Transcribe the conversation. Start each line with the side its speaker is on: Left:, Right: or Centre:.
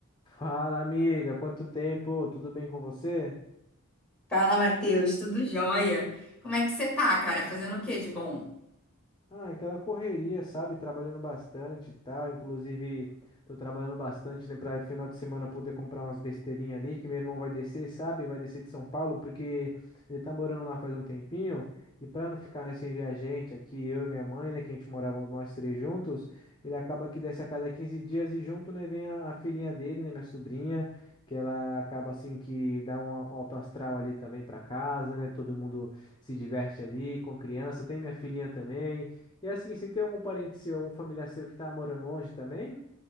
Left: Fala, amiga, quanto tempo? Tudo bem com você?
Centre: Fala, Matheus, tudo jóia? Como é que você tá, cara? Fazendo o que de bom?
Left: Ah, aquela correria, sabe? Trabalhando bastante e tal. Inclusive, tô trabalhando bastante, né? Pra final de semana poder comprar umas besteirinhas ali, que meu irmão vai descer, sabe? Vai descer de São Paulo, porque ele tá morando lá faz um tempinho. E pra não ficar, né, sem ver a gente aqui, eu e minha mãe, né? Que a gente morava nós três juntos, ele acaba que desce a cada 15 dias e junto, né, vem a, a filhinha dele, né? Minha sobrinha, que ela acaba assim que dá um alto astral ali também pra casa, né? Todo mundo se diverte ali com criança. Tem minha filhinha também. E assim, se tem algum parente seu, algum familiar seu que tá morando longe também?